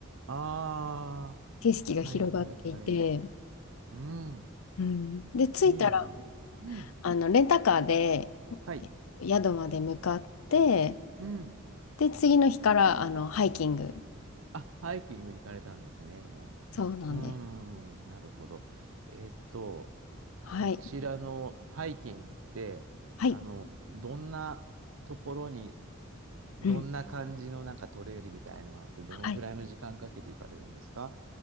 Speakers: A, on the right; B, on the left.
A: あ
B: 景色が広がっていて、
A: あ、はいはいはい。うん、
B: うん、で、着いたら、
A: いいな。うん、
B: あの、レンタカーで
A: はい。
B: 宿まで向かって、
A: うん。
B: で、次の日から、あの、ハイキング。
A: あ、ハイキングに行かれたんですね。もう、もうね。
B: そうなんです。
A: うん、なるほど。えっと、
B: はい。
A: そちらのハイキングって、
B: はい。
A: あの、どんなところに、どんな感じのなんかトレイルみたいのがあって、
B: うん。
A: どのぐらいの時間かけて行かれるんですか
B: はい。